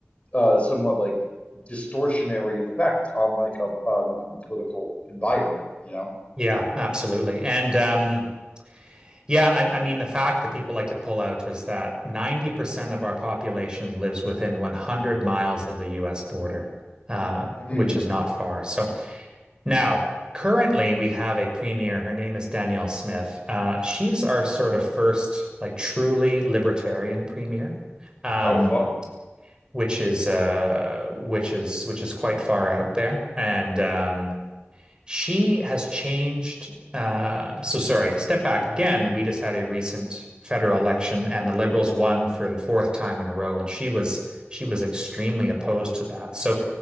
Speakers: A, on the left; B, on the right.
A: uh, somewhat like distortionary effect on like a on, on a political environment, you know?
B: yeah, absolutely. And um, yeah, I, I mean, the fact that people like to pull out is that 90% of our population lives within 100 miles of the US border, uh,
A: Hmm.
B: which is not far. So now, currently, we have a premier. Her name is Danielle Smith. Uh, she's our sort of first, like, truly libertarian premier. Um, Mm.
A: Oh, fun.
B: which is uh which is which is quite far out there and um She has changed. Uh, so sorry to step back again. We just had a recent federal election, and the Liberals won for the fourth time in a row, and she was she was extremely opposed to that. So